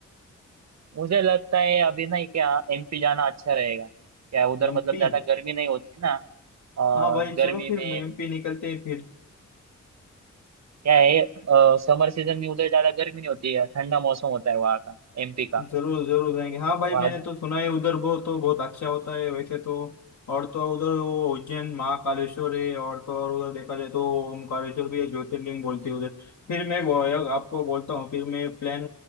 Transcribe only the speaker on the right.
मुझे लगता है अभी ना क्या एमपी जाना अच्छा रहेगा क्या उधर
मतलब ज्यादा गर्मी नहीं होती ना अ,
गर्मी
में
क्या है समर सीजन में उधर ज्यादा गर्मी नहीं होती है ठंडा मौसम होता है वहाँ का एमपी का
तो आज